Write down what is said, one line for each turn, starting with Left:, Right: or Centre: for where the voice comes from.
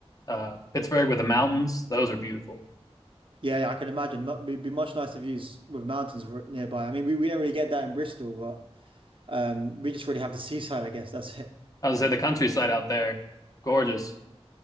Left: uh, Pittsburgh with the mountains. Those are beautiful.
Right: yeah, yeah I can imagine. Mu- It'd be much nicer views with mountains r- nearby. I mean, we, we don't really get that in Bristol, but um, we just really have the seaside, I guess. That's it.
Left: I would say the countryside out there, gorgeous.